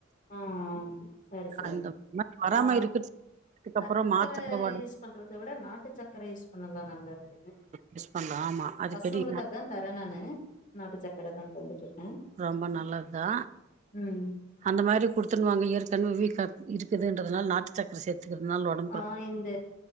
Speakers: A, on the left; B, on the right.
A: அ அ செரி செரி
B: அந்த மாரி வராம
A: ஆ
B: இருக்குது அதுக்கப்புறோ
A: சக்கர
B: மாத்திர
A: யூஸ் பண்றத விட நாட்டு சக்கர யூஸ் பண்ணா நல்லா நல்லது
B: யூஸ் பண்லா ஆமா அதுக்கடி
A: பசங்களுக்கு அதா தர நானு நாட்டு சக்கர தா தந்துட்டு இருக்க
B: ரொம்ப நல்லதுதா
A: ம்
B: அந்த மாரி குடுத்துனுவாங்க ஏற்கனவே வீக்கா இருக்குதுறதுனால நாட்டு சக்கர சேர்த்து சேர்த்திருக்கிறது நாள உடம்
A: ஆ இந்த